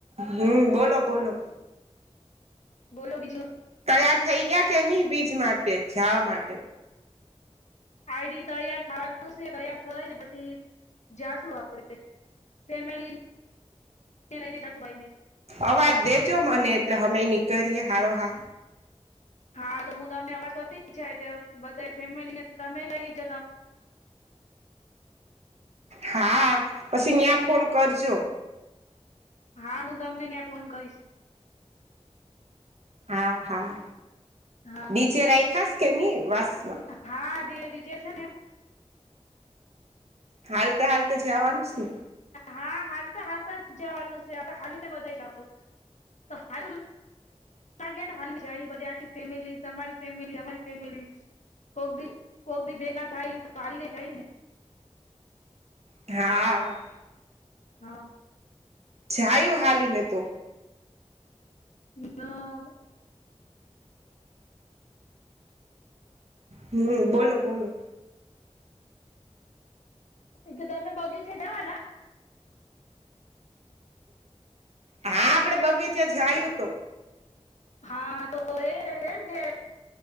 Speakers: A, on the right; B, on the left.
A: હમ બોલો બોલો.
B: બોલો બીજું.
A: તૈયાર થઈ ગયા કે નહી બીજ માટે જવા માટે?
B: આઈડી તૈયાર થવાનું છે તૈયાર થાય ને, પછી જાશું આપડે. ફેમલી લનેભાઈ ને.
A: અવાજ દેજો મને એટલે અમે એની કરીએ હારો હાર.
B: હા તો હું તમને અવાજ તોતી જાય બધા ફેમિલી ને તમે લઈ જ
A: હા પછી ત્યાં ફોન કરજો.
B: હા હું તમને ત્યાં ફોન કરીશ.
A: હા હા,
B: હા
A: નીચે રાખાસ કે નની વાસમાં?
B: હા દ રીચે છે ને.
A: હાલતા હાલતે જવાનુંસ ને.
B: હા હાલ તો હાલતા જ જવાનું છે આપડ હાલીને બધા જાવ. હ લ હ. <unintelligible> જાય બધ આખી ફેમિલી તમારી ફેમિલી અમારી ફેમિલી. કોક ભી કોકી બેગા થાાય તો આને ચા ને.
A: હા.
B: હા.
A: જાયું હાલ નને તો.
B: હનું.
A: હમ બોલો બોલો.
B: એકદ બગી છેઢવાથી
A: હા આપડે બગીચા જયું તું.
B: હા તો એ એમ કે